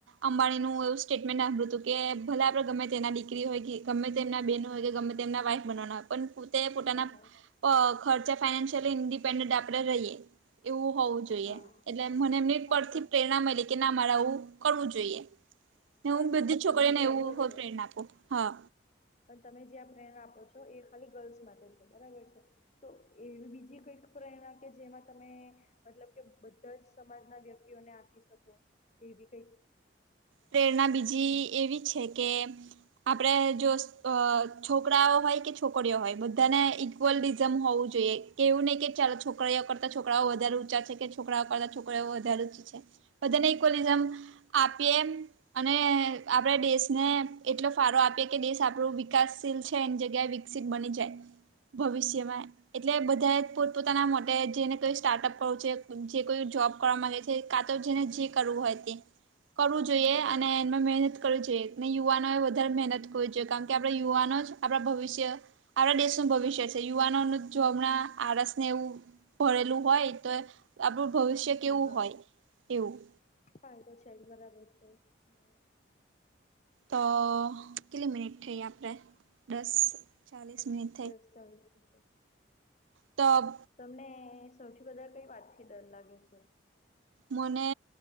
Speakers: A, on the right; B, on the left.
A: અંબાણીનું એવું સ્ટેટમેન્ટ આપ્યું હતું કે, ભલે આપડે ગમે તેના દીકરી હોય કે ગમે તેમના બેન હોય કે ગમે, તેમના વાઇફ બનાવાના પણ તે પોતાના
B: હા હા
A: પ ખર્ચા ફનાશયલી ઇન્ડિપેન્ડન્ટ આપડે રહીએ એવું હોવું જોઈ
B: હા
A: જોઈએ એટલે મને એમની
B: હા
A: પરથી
B: એ તો છે
A: પ્રેરણા મળલી કે ના મારે આવું કરવું જોઈએ. ને હું
B: પણ
A: બધી જ છોકરીઓને
B: તમે જે
A: એવું
B: કહો
A: હો
B: છો
A: પ્રેરણા આપું હા.
B: પણ તમે જે આ પ્રેરણા આપો છો, એ ખાલી ગર્લ્સ માટે છે? બરાબર છે. તો એવી બીજી કઈક પ્રેરણા કે જેમાં તમે મતલબ કે બધા જ સમાજ ના વ્યક્તિઓને આપી શકો એવી કઈ?
A: પ્રેરણા બીજી એવી છે કે આપડે જો છોકરાઓ હોય કે, છોકરીઓ હોય બધાને ઇક્વલિઝમ હોવું જોઈએ કે એવું નય કે ચાલો છોકરાઓ કરતા છોકરાઓ વધારે ઊંચા છે કે છોકરાઓ કરતા છોકરાઓ વધારે જ છે, બધાને ઈકવલીઝમ આપીએ અને આપડે દેશને એટલો ફાળો આપીએ કે દેશ આપણું વિકાસશીલ છે એની જગ્યાએ વિક્સિત બની જાય ભવિષ્યમાં એટલે બધા પોતપોતાના મતે જેને કોઈ સ્ટાર્ટઅપ કરવુ છે જે કોઈ જોબ કરવા મળે છે કા તો જેને જે કરવું હોય તે કરવું જોઈએ
B: હા હા
A: અને એમાં મેહનત કરવુ જોઈએ ને યુવાનોએ વધારે મહેનત કરવી જોઈએ કારણ કે આપણે યુવાનો જ આપણા ભવિષ્ય આપડા દેશનું ભવિષ્ય છે યુવાનોનું જો હમણાં આળસને એવું ભરેલું હોય તો આપણું ભવિષ્ય
B: હા
A: કેવું
B: હા
A: હોય એવું?
B: હા એ તો છે જ બરાબર છે. તમારી વાત
A: તો કેટલે મિનીટ થઈ આપડે દસ ચાલીસ મિનીટ
B: દસ ચાલીસ વિશે
A: તબ
B: તમને સૌથી વધારે કઈ વાતથી ડર લાગે છે?
A: મને